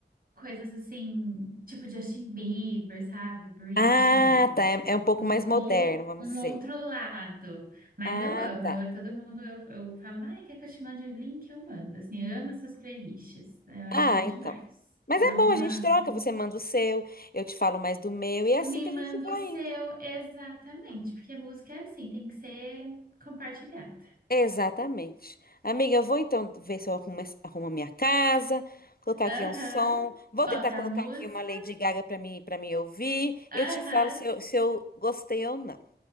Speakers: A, on the right; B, on the left.
A: coisas assim, tipo Justin Bieber, sabe? Britney,
B: Ah, tá. É, é um pouco
A: um,
B: mais moderno,
A: um, ou-
B: vamos
A: um
B: dizer.
A: outro lado. Mas
B: Ah,
A: eu amo,
B: tá.
A: eu, todo mundo eu, eu falo, ai, quer que eu te mande o link? Eu mando. Assim, eu amo essas playlists, eu acho
B: Ah,
A: demais.
B: então. Mas
A: Dá
B: é
A: uma.
B: bom, a gente troca. Você manda o seu, eu te falo mais do meu, e é
A: Me
B: assim que
A: manda
B: a gente vai
A: o seu,
B: indo.
A: exatamente, porque música é assim, tem que ser compartilhada.
B: Exatamente. Amiga, eu vou então ver se eu arrumo, essa- arrumo a minha casa, colocar
A: Aham.
B: aqui um som. Vou
A: Bota
B: tentar colocar
A: a música.
B: aqui uma Lady Gaga para mim, para me ouvir.
A: Aham.
B: E eu te falo se eu, se eu gostei ou não.